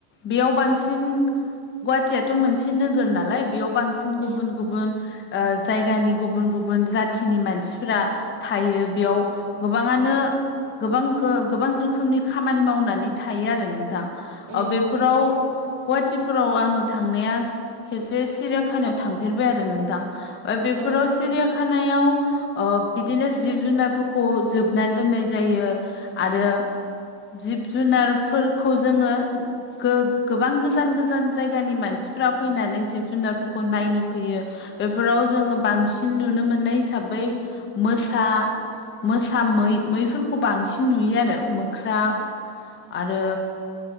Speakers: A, on the left (about 25°); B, on the right (about 40°).
A: बेयाव बांसिन गुवाहाटियाथ' मोनसे नोगोर नालाय बेयाव बांसिन गुबुन
B: उम
A: गुबुन ओ जायगानि गुबुन गुबुन जाथिनि मानसिफोरा थायो बेयाव गोबाङानो गोबां गोबां रोखोमनि खामानि मावनानै थायो आरो नोंथां
B: उम
A: अ बेफोराव गुवाहाटिफोराव आङो थांनाया खेबसे सिरियाखानायाव थांफेरबाय आरो नोंथां।
B: उम
A: फोराव सिरिया खानायाव ओ बिदिनो जिब-जुनारफोरखौ जोबनानै दोननाय जायो आरो जिब-जुनारफोरखौ जोङो गो-गोबां गोजान गोजान जायगानि मानसिफ्रा फैनानै जिब-जुनारफोरखौ नायनो फैयो बेफोराव जोङो सिन नुनो मोननाय हिसाबै मोसा मोसा मै मैफोरखौ बांसिन नुयो आरो मो ख्रा आरो